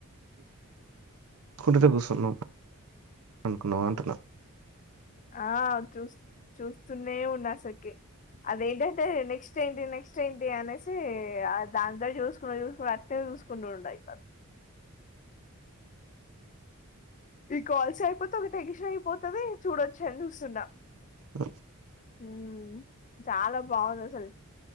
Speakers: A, on the right; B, on the left.
A: కుంటర కూ <unintelligible> చంవ్ అనుకున్నావా అంటున్నా
B: ఆ చూ చూస్తునే ఉన్నా అసలకి అదేంటంటే నెక్స్ట్ ఏంటి నెక్స్ట్ ఏంటి అనేసి దాన్నే చూసుకు చూసుకుంటా అట్లే చూసుకుండ ఉండు అయిత ఈ కాల్స్ అయిపోతే ఒక టెన్షన్ అయిపోతాది చూడొచ్చా అని చూస్తున్నా
A: అ
B: మ్మ్ చాలా బాగుంది అసలు